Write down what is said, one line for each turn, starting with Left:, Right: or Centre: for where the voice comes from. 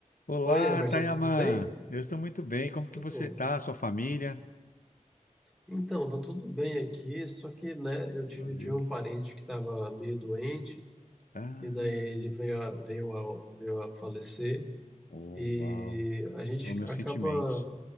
Left: Olá,
Centre: Oi, Emerson,
Left: Tayaman.
Centre: tudo bem?
Left: Eu estou muito bem. Como que
Centre: Tudo.
Left: você está? Sua família?
Centre: Então, tá tudo bem aqui, só que, né, eu tive,
Left: Graças a Deus.
Centre: tive um parente que estava meio doente,
Left: Ah,
Centre: e daí ele veio a, veio a, veio a falecer,
Left: oh,
Centre: e
Left: uau.
Centre: a gente
Left: Oh, meus
Centre: acaba.
Left: sentimentos,